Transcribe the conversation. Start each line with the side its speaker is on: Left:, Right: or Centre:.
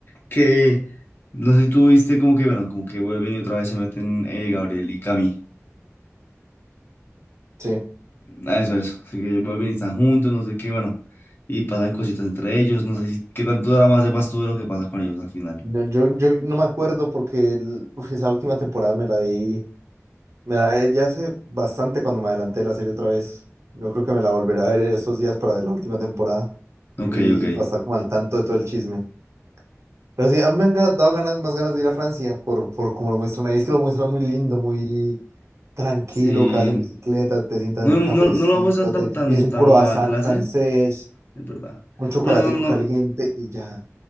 Left: que no sé si tú viste como que, bueno, como que vuelven y otra vez se meten eh, Gabriel y Cami,
Right: sí.
Left: Ah, eso, eso, así que vuelven y están juntos, no sé qué, bueno, y pasan cositas entre ellos, no sé si, qué tanto drama sepas tú de lo que pasa con ellos al final.
Right: No, yo, yo no me acuerdo porque el- uf, esa última temporada me la vi, me la vi ya hace bastante cuando me adelanté de la serie otra vez. Yo creo que me la volveré a ver estos días para ver la última temporada
Left: Ok,
Right: y,
Left: ok,
Right: y pasar como al tanto de todo el chisme. Pero sí, a mí me han ga- dado ganas, más ganas de ir a Francia por, por como lo muestran ahí. Es que lo muestran muy lindo, muy tranquilo,
Left: sí,
Right: que vas en bicicleta, te sientas
Left: no,
Right: en un cafecito,
Left: no, no lo muestran tan,
Right: te,
Left: tan,
Right: te pides un
Left: tan
Right: croissant
Left: mala clase,
Right: francés,
Left: es verdad,
Right: un chocolatico
Left: pero no,
Right: caliente
Left: no,
Right: y ya.